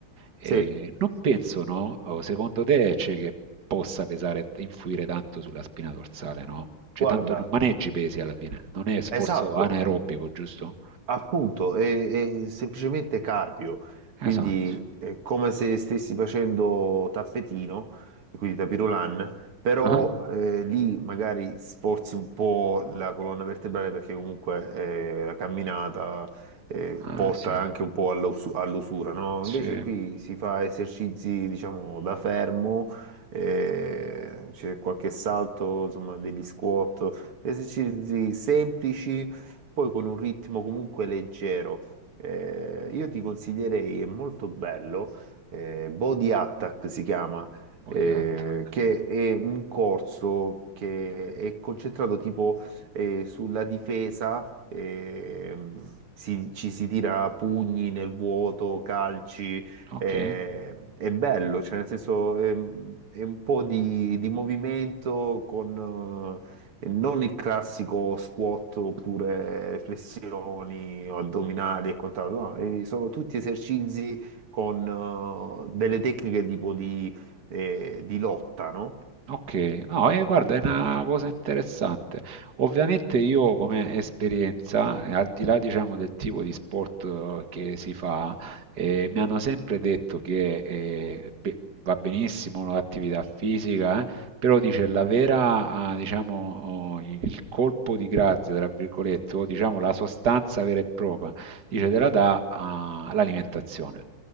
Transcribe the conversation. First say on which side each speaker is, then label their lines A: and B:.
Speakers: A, on the right; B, on the right.
A: E
B: Sì,
A: non penso, no? O secondo te c'è che possa pesare, influire tanto sulla spina dorsale, no? Cioè,
B: guarda,
A: tanto non maneggi pesi alla fine, non è sforzo
B: esatto.
A: anaerobico, giusto?
B: Appunto, è, è semplicemente carpio, quindi
A: Esatto.
B: è come se stessi facendo tappetino, e quindi tapirulan, però
A: Ah,
B: eh, lì magari sforzi un po' la colonna vertebrale perché comunque eh, la camminata eh,
A: ah,
B: porta
A: sì,
B: anche un po' all'usu- all'usura, no?
A: sì,
B: Invece qui si fa esercizi, diciamo, da fermo, eh, c'è qualche salto, insomma, degli squat, esercizi semplici poi con un ritmo comunque leggero. Eh, io ti consiglierei, è molto bello, eh, Body Attack si chiama,
A: body
B: eh,
A: attack.
B: che è un corso che è concentrato tipo eh, sulla difesa, ehm, si- ci si tira pugni nel vuoto, calci,
A: Ok.
B: eh, è bello, cioè nel senso ehm, è, un po' di, di movimento con e non il classico squat oppure flessioni o addominali e quant'altro, no, eh, sono tutti esercizi con eh, delle tecniche tipo di, eh, di lotta, no?
A: Ok, no, eh, guarda, è una cosa interessante. Ovviamente io come esperienza, eh, al di là, diciamo, del tipo di sport eh, che si fa, eh, mi hanno sempre detto che eh, be- va benissimo l'attività fisica, eh, però dice la vera, ah, diciamo, oh, il il colpo di grazia, tra virgolette, o diciamo la sostanza vera e propria, dice te la dà ah, l'alimentazione.